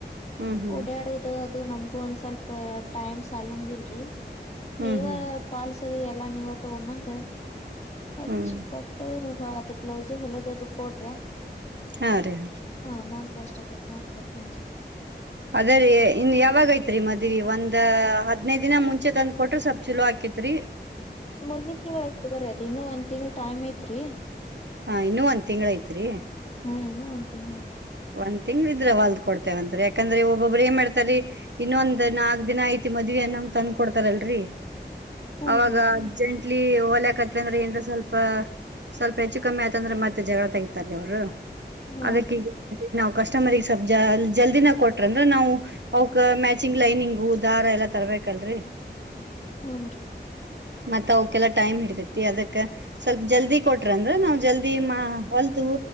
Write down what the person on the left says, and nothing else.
ಓಡಾಡದು ಅದು ನಮ್ಗು ಒಂದ್ ಸ್ವಲ್ಪ ಟೈಮ್ ಸಾಲಂಗಿಲ್ರಿ.
ನೀವ
ಪಲ್ಸದು ಎಲ್ಲಾ ನೀವ ತಗೊಂಬಂದ. ಹಚ್ಚಿ
ಕೊಟ್ಟು ಅದು ಬ್ಲೌಸು ಹೊಲದ ಅದು ಕೊಡ್ರಿ.
ಅ ಅಮೌಂಟ್ ಎಷ್ಟು ಆತ್ ನೋಡ್ ಕೊಡ್ತೇನ್ರಿ.
ಮುಂದಿನ ತಿಂಗಳ ಐತಗೋರರಿ ಅದು ಇನ್ನುದ ತಿಂಗಳ ಟಮ್ ಐತ್ ರರಿ
ಹಾ ಇನ್ನೂಂದ ತಿಂಗ್ಗಳಾಯ್ತ
ಹೂನ್ರಿ
ಹೌದ್ರಿ
ಹ್ನ್ ರರಿ